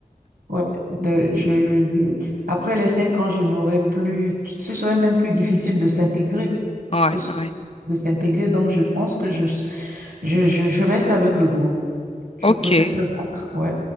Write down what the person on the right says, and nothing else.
Ouais, de, je, je- Après les cinq ans, je n'aurais plus... Ce serait même plus difficile de s'intégrer.
Ce serait
de s'intégrer. Donc, je pense que je, Je, je, je reste avec le go. Je
préfère me battre. Ouais,